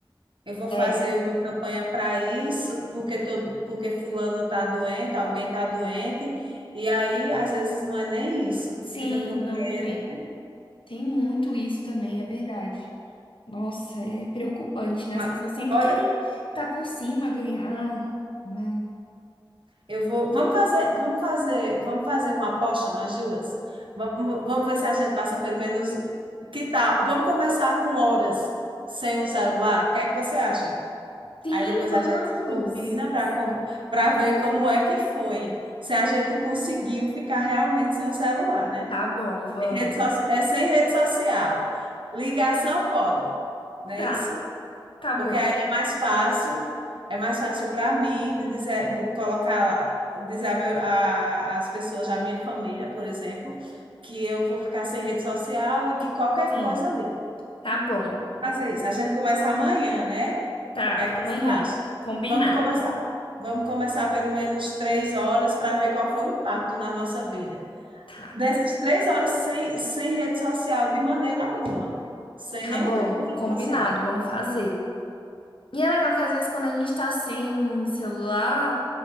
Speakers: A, on the right (about 70°); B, on the left (about 75°).
A: Eu vou fazer
B: É.
A: uma campanha para isso, porque todo, porque fulano está doente, alguém está doente, e aí às vezes não é nem isso,
B: Sim,
A: fica com
B: não
A: dinheiro,
B: tem.
A: né?
B: Tem muito isso também, é verdade. Nossa, é preocupante, né?
A: Mas,
B: As pessoas sempre
A: olha,
B: querem estar por cima, ganhar, né?
A: Eu vou. Vamos fazer, vamos fazer, vamos fazer uma aposta nós duas. Vamos, vamos ver se a gente passa pelo menos. Que tal? Vamos começar com horas sem o celular. O que é que você acha?
B: Sim,
A: Aí depois
B: vamos.
A: a gente combina para para ver como é que foi. Se a gente conseguiu ficar realmente sem o celular, né?
B: Tá bom, vamos.
A: Sem rede so- é sem rede social. Ligação pode, não é
B: Tá,
A: isso?
B: tá bom.
A: Porque aí é mais fácil, é mais fácil para mim de dizer, bo- colocar, lá- dizer a meu, a, as pessoas da minha família, por exemplo, que eu vou ficar sem rede social e que qualquer
B: Sim,
A: coisa ali.
B: tá bom.
A: Fazer isso. A gente começa amanhã, né? O
B: Tá,
A: que é que
B: amanhã.
A: você acha?
B: Combinado.
A: Vamos começar. Vamos começar pelo menos três horas para ver qual foi o impacto na nossa vida.
B: Tá,
A: Dessas três horas sem, sem rede social de maneira alguma, sem
B: tá
A: nenhum
B: bom,
A: tipo de rede
B: combinado,
A: social.
B: vamos fazer. E é legal que às vezes quando a gente tá sem celular